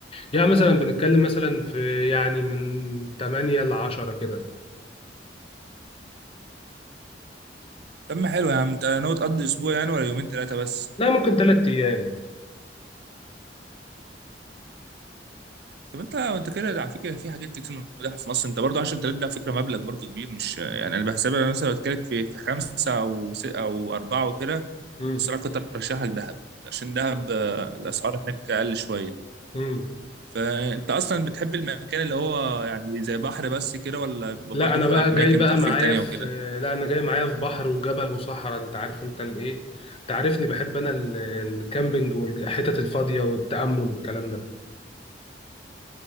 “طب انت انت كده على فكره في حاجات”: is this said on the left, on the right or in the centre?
Right